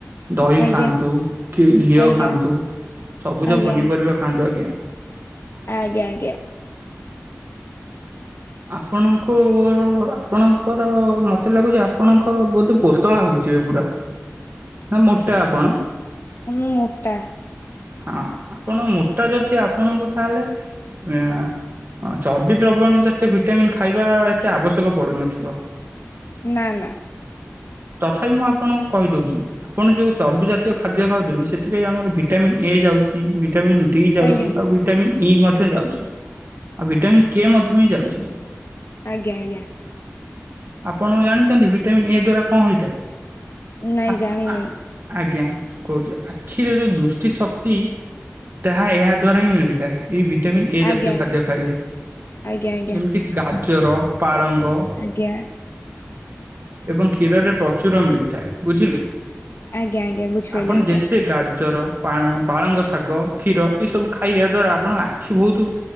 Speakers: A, on the right; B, on the left.
A: ଦହି
B: ଆଜ୍ଞା
A: ଖାଆନ୍ତୁ, କି ଘିଅ
B: ଆଜ୍ଞା
A: ଖାଆନ୍ତୁ, ସବୁଜ
B: ଆଜ୍ଞା
A: ପନିପରିବା ଖାଆନ୍ତୁ, ଆଜ୍ଞା।
B: ଆଜ୍ଞା ଆଜ୍ଞା।
A: ଆପଣଙ୍କୁର ଆପଣଙ୍କର ମତେ ଲାଗୁଚ ଆପଣଙ୍କ ବୋଧେ ପୋତଳା ହୋଇଥିବେ ପୁରା। ନା ମୋଟା ଆପଣ?
B: ଅଁ ମୁଁ ମୋଟା।
A: ହଁ ଆପଣ ମୋଟା ଯଦି ଆପଣଙ୍କୁ ତାହେଲେ ମିଆଁ ଅ ଚର୍ବି ଦ୍ରବ୍ୟଣିୟ ଜାତୀୟ ଭିଟାମିନ୍ ଖାଇବା ଏତେ ଆବଶ୍ୟକ ପଡୁନଥିବ।
B: ନା ନା।
A: ତଥାପି ମୁଁ ଆପଣଙ୍କୁ କହିଦୋଉଚି। ଆପଣ ଯୋଉ ଚର୍ବି ଜାତୀୟ ଖାଦ୍ୟ ଖାଉଚନ୍ତି ସେଥିରେ ଆମର ଭିଟାମିନ୍ ଏ ଯାଉଚି। ଭିଟାମିନ୍ ଡି ଯାଉଚି,
B: ଆଜ୍ଞା
A: ଆଉ ଭିଟାମିନ୍ ଇ ମଧ୍ୟ ଯାଉଚି, ଆଉ ଭିଟାମିନ୍ କେ ମଧ୍ୟ ବି ଯାଉଚି।
B: ଆଜ୍ଞା ଆଜ୍ଞା।
A: ଆପଣ ଜାଣିଚନ୍ତି ଭିଟାମିନ୍ ଏ ଦ୍ଵାରା କଣ ହୋଇଥାଏ?
B: ନାଇଁ
A: ଆକୁନୁ
B: ଜାଣିନି
A: ଆ। ଆଜ୍ଞା କହୁଚି ଆଖିରେ ଯୋଉ ଦୃଷ୍ଟି ଶକ୍ତି ତାହା ଏହା ଦ୍ଵାରା ହିଁ ମିଳିଥାଏ। ଏଇ ଭିଟାମିନ୍ ଏ
B: ଆଜ୍ଞା
A: ଜାତୀୟ
B: ଆଜ୍ଞା
A: ଖାଦ୍ୟ ଖାଇଲେ।
B: ଆଜ୍ଞା ଆଜ୍ଞା।
A: ଏମତି ଗାଜର, ପାଳଙ୍ଗ
B: ଆଜ୍ଞା।
A: ଏବଂ କ୍ଷୀରରେ ପ୍ରଚୁର ମିଳିଥାଏ। ବୁଝିଲେ?
B: ଆଜ୍ଞା ଆଜ୍ଞା ଆଜ୍ଞା ବୁଝିପାଇଲି
A: ଆପଣ
B: ଆଜ୍ଞା
A: ଯେତେ ଗାଜର ପାଣ, ପାଳଙ୍ଗ ଶାଗ, କ୍ଷୀର ଏ ସବୁ ଖାଇଵା ଦ୍ଵାରା ଆପଣ ଆଖି ବହୁତ